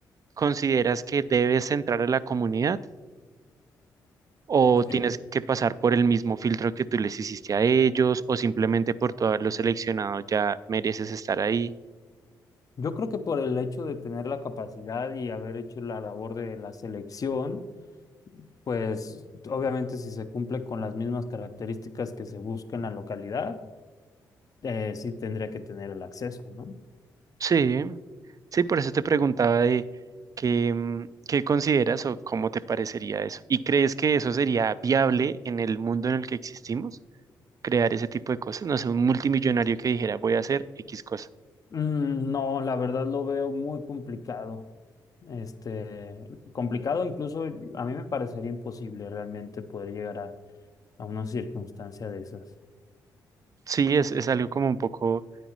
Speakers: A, on the right; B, on the left.
A: consideras que debes entrar a la comunidad o
B: pues
A: tienes
B: yo,
A: que pasar por el mismo filtro que tú les hiciste a ellos o simplemente por tú haberlo seleccionado ya mereces estar ahí?
B: yo creo que por el hecho de tener la capacidad y haber hecho la labor de la selección, pues obviamente si se cumple con las mismas características que se busca en la localidad, eh, sí tendría que tener el acceso, ¿no?
A: Sí. Sí, por eso te preguntaba de qué, mm, qué consideras o cómo te parecería eso. ¿Y crees que eso sería viable en el mundo en el que existimos? Crear ese tipo de cosas. No sé, un multimillonario que dijera voy a hacer X cosa.
B: Mm, no, la verdad lo veo muy complicado. Este, complicado incluso, a mí me parecería imposible realmente poder llegar a, a una circunstancia de esas.
A: Sí, es, es algo como un poco